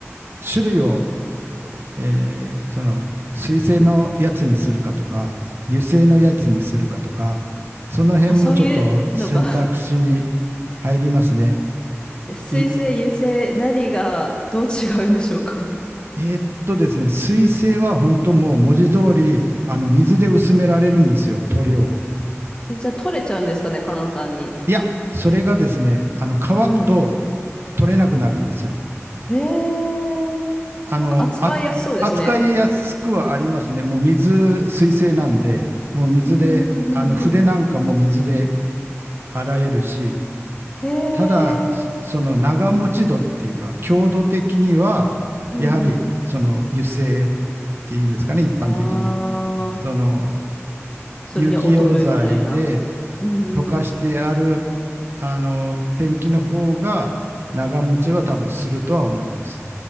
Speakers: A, on the right; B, on the left.
A: 種類を、えーその水性のやつにするかとか、油性のやつにするかとか、その辺もちょっと選択肢に
B: あ、そういうのが、
A: 入りますね。
B: 水星、
A: い
B: 油星、何がどう違うんでしょうか
A: えーっとですね、水性は本当もう文字通り、あの、水で薄められるんですよ、塗料を。
B: え、じゃあ取れちゃうんですかね、簡単に。
A: いや、それがですね、あの、乾くと
B: は
A: 取れなくなるんですよ。
B: い。えー、
A: あの、
B: なんか扱いやすそうですね。
A: あ、扱いやすくはありますね。もう水、水性なんで、もう水で、
B: うんうんうんうん。
A: あの、筆なんかも水で洗えるし、
B: え
A: ただ、
B: ー、
A: そその長持ち度っていうか、強度的には、
B: うん
A: やはり、その油性っていうんですかね、一般的に。
B: うん。
A: その、
B: ああそれには劣るみたいな。
A: 有機溶剤で
B: うんうん。
A: 溶かしてある、あの、ペンキの方が長持ちは多分するとは思います。